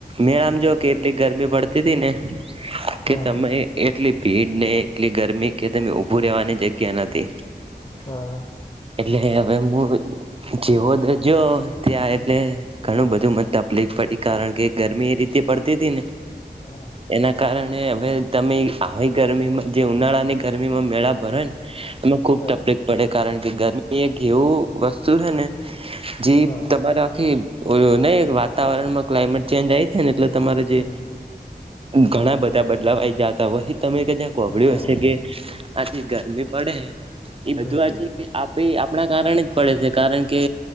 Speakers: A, on the right; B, on the left.
A: મેળા મ જો કે એટલી ગરમી પડતી હતી ને,
B: હા
A: કે તમે એટલી ભીડ ને એટલી ગરમી કે તમે ઊભું રહેવાની જગ્યા નતી.
B: હા હા.
A: એટલે હવે મુ જેવો <unintelligible> જ્યો ત્યાં એટલે ઘણું બધું મને તકલીફ પડી કારણ કે ગરમી એ રીતે પડતી તી ને,
B: હા.
A: એના કારણે હવે તમે આવી ગરમીમાં જે ઉનાળાની ગરમીમાં મેળા ભરોય ન, એમાં ખુબ
B: બરોબર
A: તકલીફ પડે કારણ કે ગરમી એક એવું વસ્તુ હે ને, જી
B: હા હા
A: તમારે આખી નહિ વાતાવરણમાં ક્લાયમેટ ચેન્જ આઈ તી ને એટલે, તમારે જે
B: હમ હમ
A: ઘણા બધા બદલાવ આયી જાતા હોય એ તમે કદાચ હોભલ્યું
B: હા
A: હશે
B: હા
A: કે, આ જે ગરમી પડે હે એ બધું
B: હમ
A: આ
B: હમ
A: જે, આપે આપણા કારણે જ પડે છે કારણ કે